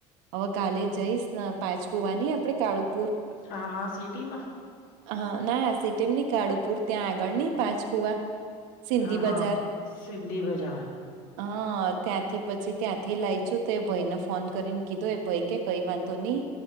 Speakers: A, on the right (about 85°); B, on the left (about 60°).
A: હવે કાલે જઈશ પાંચ કુવાની આપડે કાળું
B: હા હા સિટી માં
A: હા ના સિટીમ ની કાળુપુર ત્યાં આગળ નહી પાંચ કુવા. સિંધી
B: હા
A: બજાર.
B: હા સિદ્ની બજાર
A: હા ત્યાંથી પછી ત્યાંથી લાઈ છું, તો ભાઈને ફોન કરીને કીધો એ ભાઈ કે કઈ વા ધો નહી